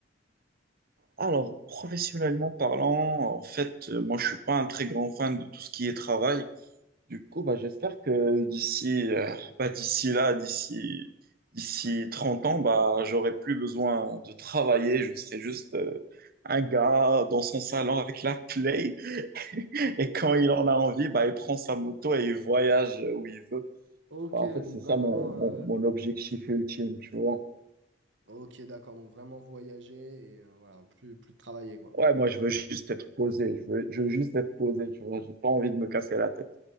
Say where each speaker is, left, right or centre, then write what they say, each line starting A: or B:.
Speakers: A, on the right; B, on the right.
A: Alors, professionnellement parlant, en fait, euh, moi, je suis pas un très grand fan de tout ce qui est travail. Du coup, bah, j'espère que d'ici, euh, bah, d'ici là, d'ici, d'ici 30 ans, bah, j'aurai plus besoin de travailler. Je serai juste, euh, un gars dans son salon avec la play. Et quand il en a envie, bah, il prend sa moto et il voyage où il veut.
B: Ok,
A: Bah, en
B: donc
A: fait, c'est ça
B: vraiment.
A: mon,
B: euh,
A: mon, mon objectif ultime, tu vois.
B: Ok, d'accord. Donc vraiment voyager et euh, voilà, plus, plus de travailler, quoi.
A: Ouais, moi, je veux juste être posé. Je veux, je veux juste être posé, tu vois. J'ai pas envie de me casser la tête.